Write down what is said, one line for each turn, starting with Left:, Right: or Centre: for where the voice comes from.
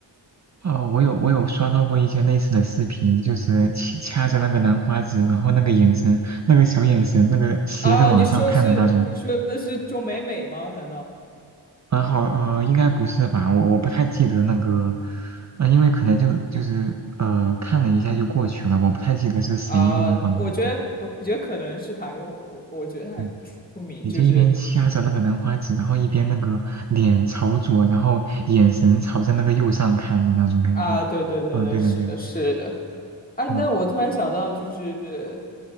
Right: 哦，我有我有刷到过一些类似的视频，就是掐掐着那个兰花指，然后那个眼神，那个小眼神，那个斜着往上看的那种。
Left: 啊，你说是你说的是钟美美吗？难道？
Right: 然后呃，应该不是吧？我我不太记得那个，呃，因为可能就就是呃看了一下就过去了，我不太记得是谁模仿的。
Left: 啊、我觉得，
Right: 对，
Left: 我觉得可能是他，因为我我我觉得他很出名，
Right: 对也就一边掐着那个兰花指，
Left: 就是
Right: 然后一边那个脸朝左，然后眼神朝着那个右上看的那种感觉。
Left: 啊，对对对对，
Right: 嗯，对对对，
Left: 是的，是的，啊，
Right: 嗯，
Left: 那我突然想到，就是